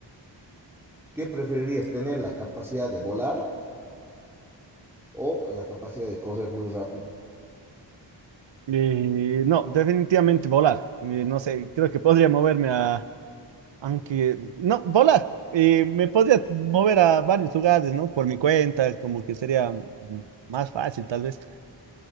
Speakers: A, in the centre; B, on the right.
A: ¿Qué preferirías tener, la capacidad de volar o la capacidad de correr muy rápido?
B: Eh, no, definitivamente volar. Eh, no sé, creo que podría moverme a... Aunque... No, volar. Eh, me podría mover a varios lugares, ¿no? Por mi cuenta, como que sería mm, más fácil tal vez.